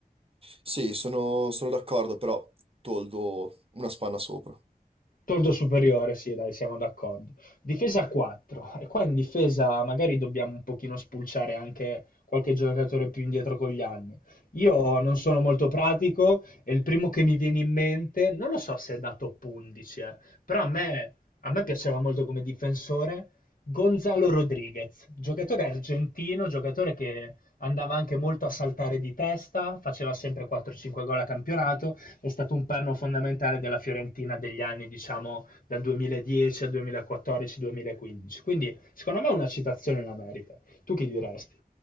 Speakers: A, on the right (about 35°); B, on the left (about 60°).
A: Sì, sono, sono d'accordo, però Toldo una spanna sopra.
B: Tordo superiore, sì, dai, siamo d'accordo. Difesa a 4. E qua in difesa magari dobbiamo un pochino spulciare anche qualche giocatore più indietro con gli anni. Io non sono molto pratico e il primo che mi viene in mente, non lo so se è da top 11, eh, però a me, a me piaceva molto come difensore Gonzalo Rodriguez, giocatore argentino, giocatore che andava anche molto a saltare di testa, faceva sempre 4-5 gol a campionato è stato un perno fondamentale della Fiorentina degli anni, diciamo, dal 2010 al 2014-2015. Quindi, secondo me, una citazione la merita. Tu chi diresti?